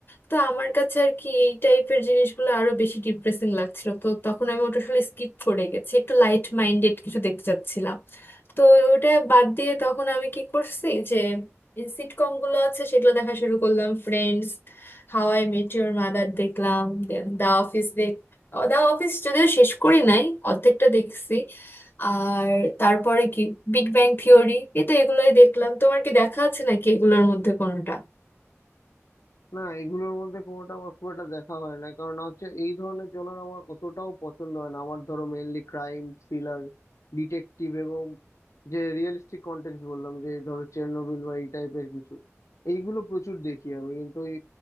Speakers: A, on the left; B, on the left.
A: তো আমার কাছে আর কি এই টাইপের জিনিসগুলো আরো বেশি ডিপ্রেসিং লাগছিল তো তখন আমি ওটা আসলে স্কিপ করে গেছি একটু লাইট মাইন্ডেড কিছু দেখতে চাচ্ছিলাম তো ওটা বাদ দিয়ে তখন আমি কি করছি যে সিটকম গুলো আছে সেগুলো দেখা শুরু করলাম Friends How I Met Your Mother দেখলাম then দা অফিস দেখ ও, দা অফিস যদিও শেষ করি নাই অর্ধেকটা দেখছি আর তারপরে কি বিগ ব্যাং থিওরি এই তো এগুলোই দেখলাম তোমার কি দেখা আছে নাকি এগুলোর মধ্যে কোনোটা
B: না এগুলোর মধ্যে কোনোটা আমার খুব একটা দেখা হয় না কারণ হচ্ছে এই ধরনের জনর আমার অতটাও পছন্দ হয় না আমার ধরো মেইনলি ক্রাইম থ্রিলার ডিটেকটিভ এবং যে রিয়েলিস্টিক কন্টেক্সট বললাম যে ধরো চেরনোবিল বা এই টাইপের কিছু এইগুলো প্রচুর দেখি আমি কিন্তু ওই